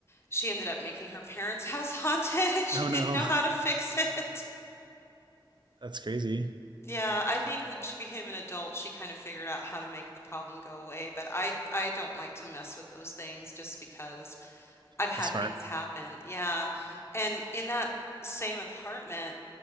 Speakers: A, on the left; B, on the right.
A: She ended up making her parents' <laughs> house haunted and she
B: Oh
A: didn't
B: no,
A: know how to fix it. <laughs>
B: <laughs> that's crazy.
A: Yeah, I think when she became an adult, she kind of figured out how to make the problem go away, but I I don't like to mess with those things just because I've had
B: That's smart.
A: things happen. Yeah. And in that same apartment,